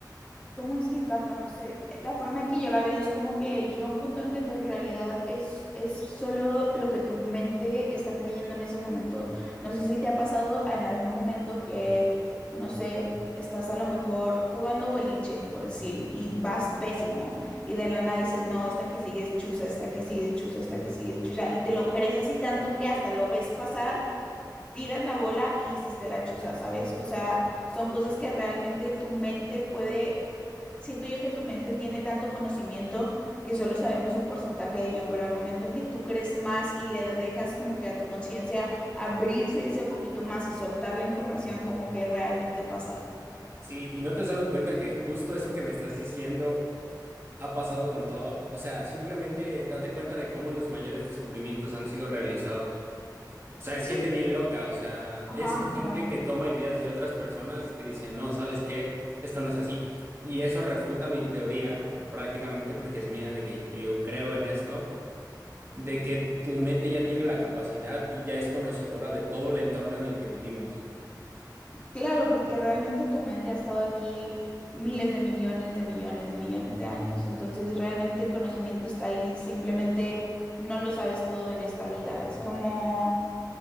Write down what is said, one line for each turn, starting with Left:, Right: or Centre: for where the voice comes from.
Left: ¿Cómo explicarlo? No sé, la forma en que yo la veo es como que llega un punto en que tu realidad es, es solo lo que tu mente está creyendo en ese momento. No sé si te ha pasado en algún momento que, no sé, estás a lo mejor jugando boliche, por decir, y vas pésimo, y de la nada dices, no, esta que sigue es chusa, esta que sigue es chusa, esta que sigue es chusa, y te lo crees así tanto que hasta lo ves pasar tiras la bola y hiciste la chuza, ¿sabes? O sea, son cosas que realmente tu mente puede, siento yo que tu mente tiene tanto conocimiento que solo sabemos un porcentaje de ello, pero al momento en que tú crees más y le dejas como que a tu conciencia abrirse ese poquito más y soltar la información como que realmente pasa.
Right: Sí, y no te has dado cuenta que justo eso que me estás diciendo ha pasado con todo. O sea, simplemente date cuenta de cómo los mayores descubrimientos han sido realizados. O sea, es
Left: Sí,
Right: gente bien loca, o sea,
Left: ajá,
Right: es gente
Left: claro.
Right: que toma ideas de otras personas que dice, no, ¿sabes qué? Esto no es así. Y eso refuta mi teoría, prácticamente, porque es mía, de que yo creo en esto, de que tu mente ya tiene la capacidad y ya es conocedora de todo el entorno en el que vivimos.
Left: Claro, porque realmente tu mente ha estado aquí miles de millones de millones de millones de años. Entonces, realmente el conocimiento está ahí, simplemente no lo sabes todo en esta vida. Es como,